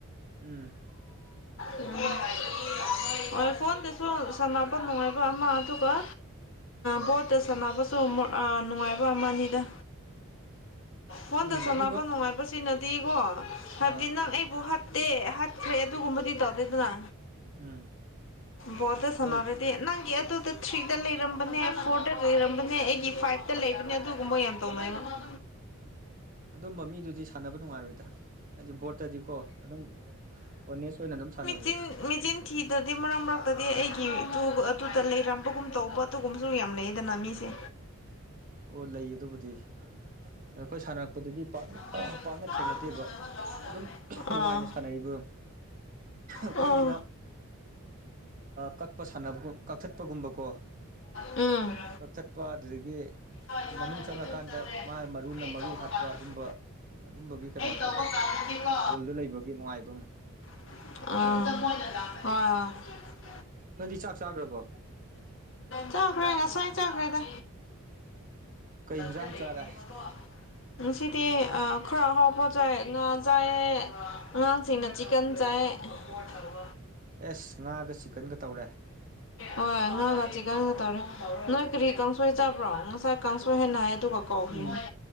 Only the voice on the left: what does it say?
ꯎꯝ ꯍꯣꯏ ꯐꯣꯟꯗꯁꯨ ꯁꯥꯟꯅꯄ ꯅꯨꯡꯉꯥꯏꯕ ꯑꯃ ꯑꯗꯨꯒ ꯚꯣꯠꯇ ꯁꯥꯟꯅꯕꯁꯨ ꯅꯨꯡꯉꯥꯏꯕ ꯑꯃꯅꯤꯗ ꯐꯣꯟꯗ
ꯁꯥꯟꯅꯕ
ꯅꯨꯡꯉꯥꯏꯕꯁꯤꯅꯗꯤꯀꯣ ꯍꯥꯏꯕꯗꯤ
ꯅꯪ ꯑꯩꯕꯨ ꯍꯥꯠ ꯇꯦ ꯍꯥꯠꯈ꯭ꯔꯦ ꯑꯒꯨꯝꯕꯗꯤ ꯇꯧꯗꯦꯗꯅ
ꯕꯣꯠꯇ ꯁꯟꯅꯕ
ꯅꯪꯒꯤ ꯑꯗꯨꯗ ꯊ꯭ꯔꯤꯗ ꯂꯩꯔꯝꯕꯅꯦ ꯐꯣꯔꯗ ꯂꯩꯔꯝꯕꯅꯦ ꯑꯩꯒꯤ ꯐꯥꯏꯚ ꯇ ꯂꯩꯕꯅꯦ ꯑꯗꯨꯒꯨꯝꯕ ꯌꯥꯝ ꯇꯧꯅꯩꯕ ꯫
ꯆꯤꯟ ꯃꯤꯆꯤꯟ ꯊꯤꯗꯔꯗꯤ ꯃꯔꯛ ꯃꯔꯛ ꯇꯗꯤ ꯑꯩꯒꯤ ꯑꯗꯨꯗ ꯂꯩꯔꯝꯕꯒꯨꯝ ꯇꯧꯕ ꯑꯗꯨꯒꯨꯝꯕꯁꯨ ꯌꯥꯝ ꯂꯩꯌꯦꯗꯅ ꯃꯤꯁꯦ꯫
ꯑꯥ
ꯑꯥ
ꯎꯝ
ꯏꯁꯥ ꯏꯁꯥꯅꯗꯤ
ꯑꯗꯨꯝ ꯆꯠꯂꯦ
ꯑꯩ
ꯇꯧꯕ
ꯀꯥꯟꯗꯁꯨ
ꯑꯩ ꯇꯧꯕ ꯀꯥꯟꯗꯗꯤꯀꯣ
ꯑꯥ ꯍꯣꯏ
ꯆꯥꯈ꯭ꯔꯦ ꯉꯁꯥꯏꯟ ꯆꯥꯈ꯭ꯔꯦꯗ
ꯗ ꯂꯩꯕꯅꯦꯕꯀꯣ
ꯉꯁꯤꯗꯤ ꯑ ꯈꯔ ꯑꯍꯥꯎꯕ ꯆꯥꯏ ꯉꯥ ꯆꯥꯏꯌ‌ꯦ ꯑꯉꯥꯡꯁꯤꯡꯅ ꯆꯤꯀꯟ ꯆꯥꯏ <unintelligible>
ꯍꯣꯏ ꯉꯥꯒ ꯆꯤꯀꯟ ꯇꯧꯔ‌ꯦ ꯅꯣꯏ ꯀꯔꯤ ꯀꯥꯡꯁꯣꯏ ꯆꯥꯕ꯭ꯔꯣ ꯉꯁꯥꯏ ꯀꯥꯡꯁꯣꯏ ꯍꯥꯏꯅ ꯍꯥꯏ ꯗꯨꯒ ꯀꯧꯈꯔꯤꯅꯤ